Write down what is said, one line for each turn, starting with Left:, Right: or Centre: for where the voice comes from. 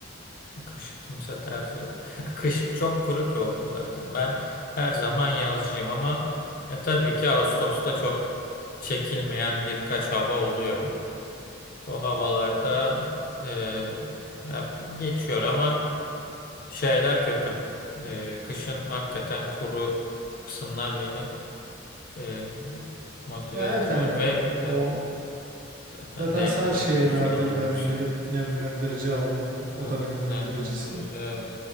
Left: Kış kimse tercih etmiyor. <laughs> Kış çok kuru ki oluyor zaten. Ben her zaman yazcıyım ama ya tabii ki Ağustos'ta çok çekilmeyen birkaç hava oluyor. O havalarda e, ya geçiyor ama şeyler kötü. E, kışın hakikaten kuru kısımlar beni e, motive
Right: Ya
Left: etmiyor
Right: evet hani
Left: ve evet
Right: e, o
Left: zaten
Right: zaten
Left: D
Right: sen
Left: vitamini
Right: şey
Left: de
Right: önerdin
Left: düzgün alamıyorsun.
Right: de hani gidip nemlendirici aldım hani oda
Left: Evet.
Right: nemlendiricisi.
Left: Nemlendirici evet.